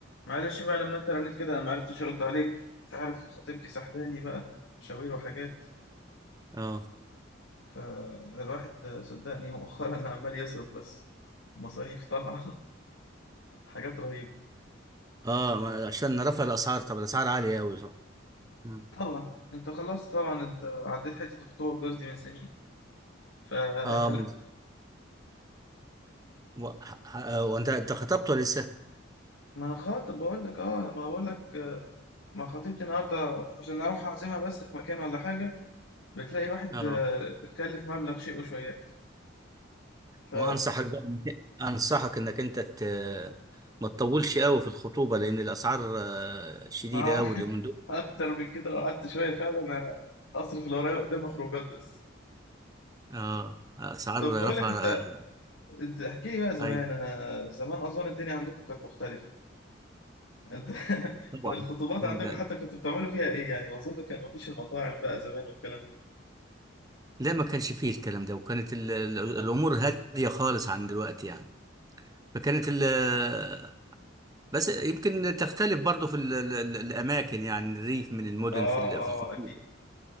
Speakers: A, on the left; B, on the right.
A: معلش بقى لما انت رنيت كده ما عرفتش ارد عليك انت عارف خطيبتي سحلاني بقى مشاوير وحاجات
B: اه
A: فالواحد صدقني مؤخرا <laughs> عمال يصرف بس مصاريف طالعة <laughs> حاجات رهيبة
B: اه ما- عشان رفع الاسعار طب الاسعار عاليه قوي صح مم.
A: طبعا انت خلاص طبعا انت عديت حتة الخطوبة والجواز دي من سنين ف...
B: اه
A: فلا
B: مز- و- ح- ح- آه، وانت انت خطبت ولا لسه
A: ما انا خاطب بقول لك اه ما بقول لك آه، ما خطيبتي النهارده عشان اروح اعزمها بس في مكان ولا حاجة بتلاقي الواحد
B: اه
A: آه، اتكلف مبلغ شيء وشويات ف...
B: وانصحك بقى انصحك انك انت ت... ما تطولش قوي في الخطوبه لان الاسعار آه، شديده
A: ما
B: قوي
A: <laughs>
B: اليومين دول
A: اكتر من كده لو قعدت شويه فعلا انا هصرف اللي ورايا قدامي خروجات بس
B: اه اسعار
A: طب بقول
B: رفع
A: لك انت
B: آه،
A: انت احكي لي بقى زمان
B: اي
A: انا زمان اظن الدنيا عندكم كانت مختلفه انت <laughs>
B: طبعا
A: الخطوبات عندكم
B: إن-
A: حتى كنتوا بتعملوا فيها ايه يعني اظن كان مفيش المطاعم بقى زمان والكلام ده
B: لا ما كانش فيه الكلام ده وكانت ال... ال- الامور هاديه خالص عن دلوقتي يعني فكانت ال... بس يمكن تختلف برضو في ال ال ال الأماكن يعني الريف من المدن
A: اه
B: في ال-
A: اه
B: في الخطوط
A: اكيد